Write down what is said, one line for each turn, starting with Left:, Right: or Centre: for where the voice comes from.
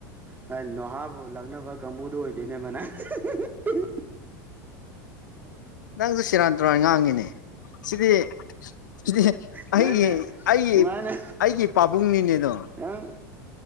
Right: ꯅ‌ꯣꯏ ꯅꯣꯍꯥꯕꯨ ꯂꯛꯅꯕ ꯀꯥꯡꯕꯨꯗ‌ꯣ ꯑꯣꯏꯗꯣꯏꯅꯦ ꯃꯥꯅ <unintelligible>
Left: ꯅꯪꯁꯨ ꯁꯤꯔꯥꯟ ꯇꯨꯔꯥꯟ ꯉꯥꯡꯉꯤꯅꯦ ꯁꯤꯗꯤ ꯁꯤꯗꯤ
Right: ꯅꯪꯅ
Left: ꯑꯩꯒꯤ ꯑꯩꯒꯤ
Right: ꯁꯨꯃꯥꯏꯅ
Left: ꯑꯩꯒꯤ ꯄꯥꯕꯨꯡꯅꯤꯅꯦꯗꯣ
Right: ꯅꯪ